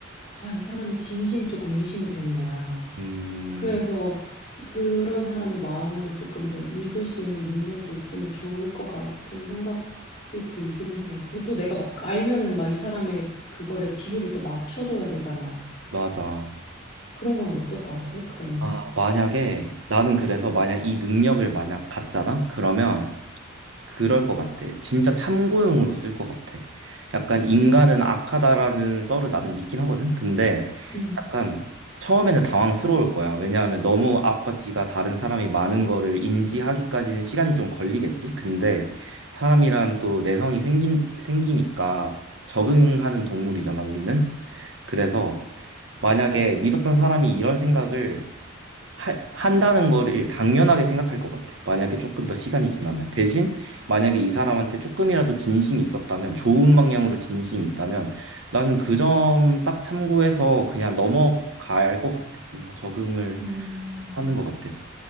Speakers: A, on the left; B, on the right.
A: 아, 이 사람의 진심이 조금 의심이 되는 거야.
B: 음,
A: 그래서 그런 사람의 마음을 조금 더 읽을 수 있는 능력이 있으면 좋을 것 같은 생각이 들기는 해. 근데 또 내가 막 알면은 막 이 사람의 그거를 비율을 또 맞춰줘야 되잖아.
B: 맞아.
A: 그런 건 어떨 것 같아? 그러면은?
B: 아 만약에 나는 그래서 만약 이 능력을 만약 갖잖아? 그러면 그럴 것 같아. 진짜 참고용으로 쓸 것 같아. 약간 인간은 악하다라는 썰을 나는 믿긴 하거든. 근데
A: 음.
B: 약간 처음에는 당황스러울 거야. 왜냐하면 너무 앞과 뒤가 다른 사람이 많은 거를 인지하기까지는 시간이 좀 걸리겠지. 근데 사람이란 또 내성이 생긴, 생기니까 적응하는 동물이잖아, 우리는. 그래서 만약에 믿었던 사람이 이런 생각을 하, 한다는 거를 당연하게 생각할 것 같아. 만약에 조금 더 시간이 지나면. 대신 만약에 이 사람한테 조금이라도 진심이 있었다면, 좋은 방향으로 진심이 있다면, 나는 그 점 딱 참고해서 그냥 넘어갈 것 같아. 뭔가 적응을
A: 음.
B: 하는 것 같아서.